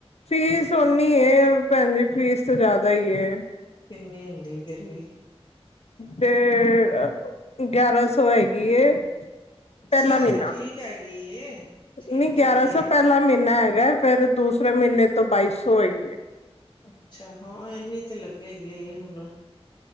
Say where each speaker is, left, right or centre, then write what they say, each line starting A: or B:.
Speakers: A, on the left; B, on the left.
A: ਫੀਸ ਔਨੀ ਏ ਭੈਨ ਜੀ ਫੀਸ ਤਾਂ ਜਾਦਾ ਈ ਏ।
B: ਕਿੰਨੀ ਹੁੰਦੀ? ਫੇਰ ਵੀ।
A: ਤੇ ਗਿਆਰਾਂ ਸ ਔ ਹੈਗੀ ਏਪੇਲਾ
B: ਅੱਛਾ
A: ਮਹੀਨਾ,
B: ਐ ਤੇ ਠੀਕ ਹੈਗੀ ਏ ਠੀਕ
A: ਨਈ ਗਿਆਰਾਂ
B: ਹੈਗੀ
A: ਸੌ
B: ਏ
A: ਪੇਲਾ ਮਹੀਨਾ ਐ ਹੈ ਫੇਰ ਦੂਸਰੇ ਮਹੀਨੇ ਤੋਂ ਬਾਈ ਸੌ ਹੈਗੀ ਏ।
B: ਅੱਛਾ ਹਾਂ ਏਨੀ ਤੇ ਲੱਗੇ ਗੀ ਈ ਹੁਨ।